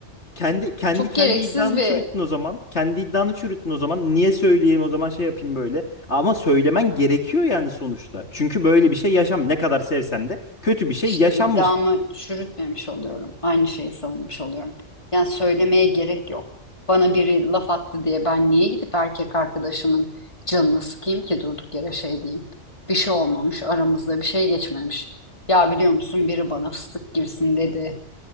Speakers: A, on the left (about 65°); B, on the left (about 25°).
A: kendi kendi
B: Çok
A: kendi
B: gereksiz
A: iddianı
B: bir
A: çürüttün o zaman. Kendi iddianı çürüttün o zaman. Niye söyleyeyim o zaman şey yapayım böyle. Ama söylemen gerekiyor yani sonuçta. Çünkü böyle bir şey yaşam ne kadar sevsen de kötü bir şey
B: işte
A: yaşanmış.
B: iddiamı çürütmemiş oluyorum. Aynı şeyi savunmuş oluyorum. Yani söylemeye gerek yok. Bana biri laf attı diye ben niye gidip erkek arkadaşımın canını sıkayım ki durduk yere şey diyeyim. Bir şey olmamış, aramızda bir şey geçmemiş. Ya biliyor musun biri bana fıstık gibisin dedi